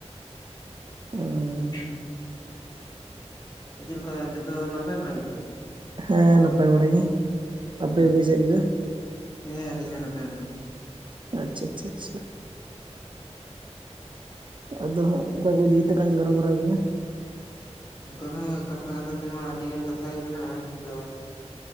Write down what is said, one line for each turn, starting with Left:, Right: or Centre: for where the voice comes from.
Right: ᱩ
Left: ᱦ ᱪᱮᱫ ᱞᱮᱠᱟ ᱡᱚᱛᱚ ᱱᱟᱯᱟᱭ ᱵᱟᱲᱟ ᱜᱮᱛᱚ
Right: ᱦᱮᱸ ᱱᱟᱯᱟᱭ ᱵᱟᱲᱟ ᱜᱮ ᱟᱯᱮ
Left: ᱦᱩ
Right: ᱠᱚᱜᱮ ᱪᱮᱫ ᱞᱮᱠᱟ
Left: ᱦᱮᱸ ᱟᱹᱞᱤᱧ ᱦᱚᱸ ᱱᱟᱯᱟᱭ ᱵᱟᱲᱟ ᱜᱮ
Right: ᱟᱪᱪᱷᱟ ᱪᱷᱟ ᱪᱷᱟ ᱟᱫᱚ ᱦᱚᱸᱜ ᱚᱠᱟ ᱠᱚ ᱤᱫᱤ ᱠᱟᱛᱮᱫ ᱞᱟᱝ ᱜᱟᱲᱢᱟᱨᱟᱣ ᱜᱮᱭᱟ
Left: ᱚᱱᱠᱟ ᱦᱚᱸ ᱠᱟᱛᱷᱟ ᱠᱟᱛᱷᱟ ᱛᱮᱢᱟ ᱟᱹᱰᱤ ᱜᱟᱱ ᱠᱟᱛᱷᱟ ᱜᱮ ᱢᱮᱱᱟᱜᱼᱟ ᱟᱫᱚ